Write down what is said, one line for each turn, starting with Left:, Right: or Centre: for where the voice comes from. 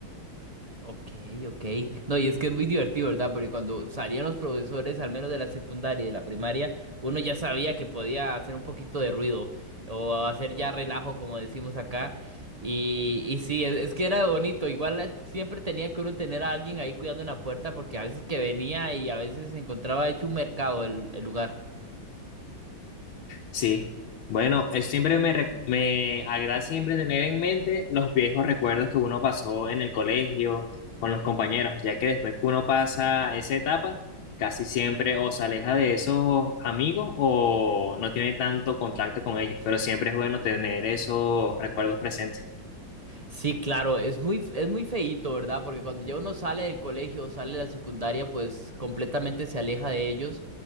Right: Ok, ok. No, y es que es muy divertido, ¿verdad? Porque cuando salían los profesores, al menos de la secundaria y de la primaria, uno ya sabía que podía hacer un poquito de ruido o hacer ya relajo, como decimos acá. Y, y sí, es, es que era bonito. Igual eh, siempre tenía que uno tener a alguien ahí cuidando en la puerta porque a veces que venía y a veces se encontraba hecho un mercado el el lugar.
Left: Sí, bueno, es siempre me, re- me agrada siempre tener en mente los viejos recuerdos que uno pasó en el colegio con los compañeros, ya que después que uno pasa esa etapa, casi siempre o se aleja de esos amigos o no tiene tanto contacto con ellos, pero siempre es bueno tener esos recuerdos presentes.
Right: Sí, claro, es muy, es muy feíto, ¿verdad? Porque cuando ya uno sale del colegio o sale de la secundaria, pues completamente se aleja de ellos.